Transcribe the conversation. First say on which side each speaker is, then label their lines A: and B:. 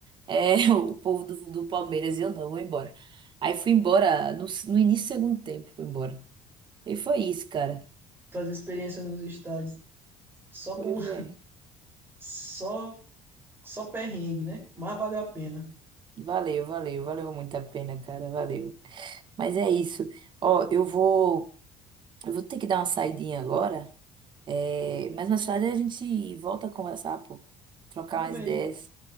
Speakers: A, on the right; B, on the right.
A: é <laughs> o povo do, do Palmeiras. E eu não, vou embora. Aí fui embora no, no início do segundo tempo, fui embora. E foi isso, cara.
B: Fazer experiências nos estádios só com
A: Foi,
B: <laughs>
A: é.
B: só só perrengue, né? Mas valeu a pena.
A: Valeu, valeu, valeu muito a pena, cara, valeu. Mas é isso. Ó, eu vou, eu vou ter que dar uma saidinha agora. É, mas mais tarde a gente volta a conversar, pô. Trocar
B: Tudo bem,
A: umas ideias,